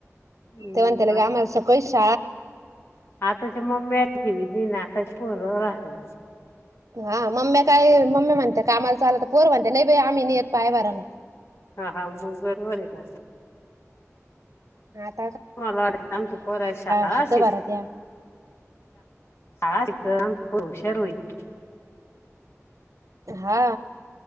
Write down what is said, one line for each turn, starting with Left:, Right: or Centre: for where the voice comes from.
Left: हं,
Right: तेव्हाण त्याला
Left: आता-
Right: ग आम्हाला सकळीश
Left: आताच्या मम्मी ी ना आताच पोर राहले
Right: हा मम्म्या काय मम्मी म्हणते कामाला चालला तर पोर म्हणते नाही बा आम्ही नाही येत पायभारला
Left: हा हा मग बरोबर आहे ना
Right: ह
Left: मला वाट आमच पोराश
Right: हात
Left: शि
Right: भरात्या
Left: ळािकमच हुशार होईल
Right: हा